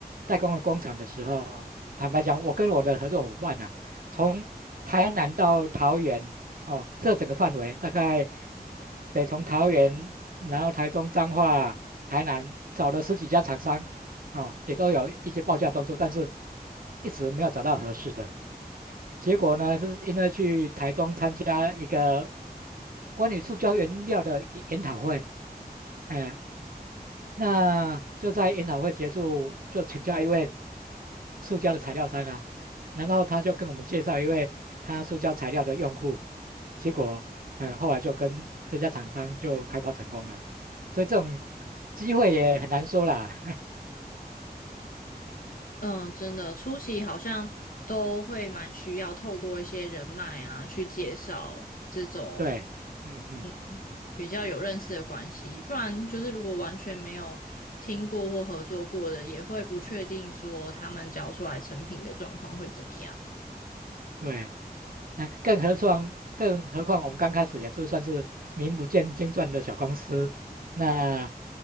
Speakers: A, on the right (about 60°); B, on the left (about 55°).
A: 代工的工厂的时候，坦白讲，我跟我的合作伙伴啊，从台南到桃园哦，这整个范围大概北从桃园，然后台中、彰化、台南找了十几家厂商啊、哦也都有一些报价动作，但是一直没有找到合适的。结果呢，是因为去台中参加一个关于塑胶原料的研研讨会，哎、那就在研讨会结束，就请教一位塑胶的材料商啊，然后他就跟我们介绍一位他塑胶材料的用户，结果，哎，后来就跟这家厂商就开发成功了，所以这种机会也很难说啦。<laughs>
B: 嗯，真的，初期好像都会蛮需要透过一些人脉啊，去介绍这种
A: 对，嗯嗯，
B: 嗯比较有认识的关系，不然就是如果完全没有听过或合作过的，也会不确定说他们交出来成品的状况会怎么样。
A: 对。哎，更何况，更何况我们刚开始也是算是名不见经传的小公司，那